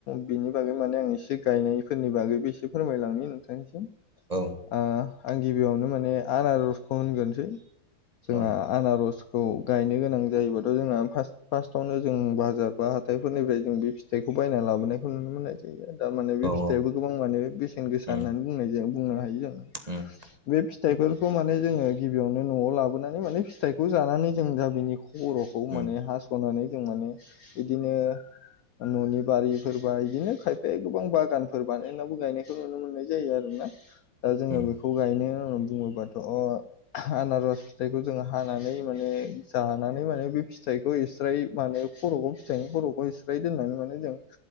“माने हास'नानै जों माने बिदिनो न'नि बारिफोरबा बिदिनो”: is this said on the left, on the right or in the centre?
Left